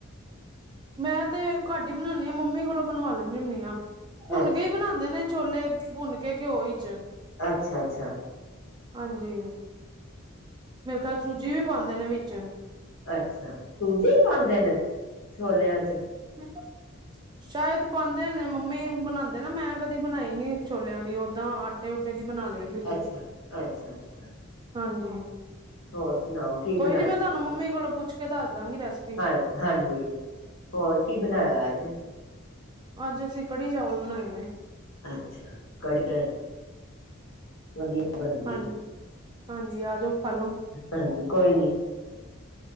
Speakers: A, on the right; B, on the left.
A: ਮੈਂ ਤੇ ਘੱਟ ਈ ਬਣਾਨੀ ਆਂ ਮੰਮੀ ਕੋਲੋਂ ਬਣਵਾ ਲੈਂਨੀ ਹੁੰਨੀ ਆ, ਭੁੰਨ
B: ਅੱਛਾ,
A: ਕੇ ਈ ਬਣਾਂਦੇ ਨੇ। ਛੋਲੇ, ਭੁੰਨ ਕੇ ਘਿਓ ਈ ਚ
B: ਅੱਛਾ-ਅੱਛਾ।
A: ਹਾਂਜੀ, ਮੇਰੇ ਖਿਆਲ ਸੂਜੀ ਵੀ ਪਾਉਂਦੇ ਨੇ ਵਿੱਚ।
B: ਅੱਛਾ, ਸੂਜੀ ਵੀ ਪਾਂਦੇ ਨੇ, ਛੋਲਿਆਂ 'ਚ।
A: ਮੈਂ <unintelligible> ਸ਼ਾਇਦ ਪਾਂਦੇ ਨੇ ਮੰਮੀ ਬਣਾਂਦੇ ਨਾ ਮੈਂ ਕਦੀ ਬਣਾਈ ਨੀ ਛੋਲਿਆਂ ਦੀ ਓਦਾਂ ਤੇ ਓਤੇ ਦੀ ਬਣਾ ਲਈ ਦੀ ਹੈ
B: ਅੱਛਾ, ਅੱਛਾ-ਅੱਛਾ।
A: ਹਾਂਜੀ।
B: ਹੋਰ ਸੁਣਾਓ ਕੀ
A: ਕੋਈ
B: ਬਣਾਇਆ?
A: ਨੀ ਮੈਂ ਤਾਨੂੰ ਮੰਮੀ ਕੋਲੋ ਪੁੱਛ ਕੇ ਦੱਸ ਦਾ ਗੀ ਰੈਸਪੀ।
B: ਹਾਂ ਹਾਂਜੀ, ਹੋਰ ਕੀ ਬਣਾਇਆ ਅੱਜ?
A: ਅੱਜ ਅਸੀਂ ਕੜੀ-ਚਾਵਲ ਬਣਾਏ ਨੇ।
B: ਅੱਛਾ, ਕੜੀ ਐ, ਵਧੀਆ। ਬਣਦੀ
A: ਹਾਂਜੀ,
B: ਹੈ
A: ਹਾਂਜੀ ਆਜੋ ਖਾਲੋ।
B: ਹਾਂਜੀ, ਕੋਈ ਨੀ।